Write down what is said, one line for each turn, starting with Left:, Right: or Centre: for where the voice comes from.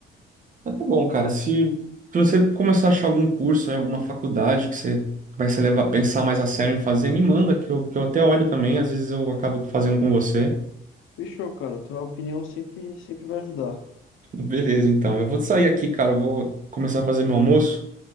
Right: Mas tá bom, cara. Se, se você começar a achar algum curso, aí, alguma faculdade que você vai se levar a pensar mais a sério em fazer, me manda, que eu, que eu até olho também. Às vezes eu acabo fazendo com você.
Left: Fechou, cara. Tua opinião sempre, sempre vai ajudar.
Right: Beleza, então. Eu vou sair aqui, cara. Eu vou começar a fazer meu almoço.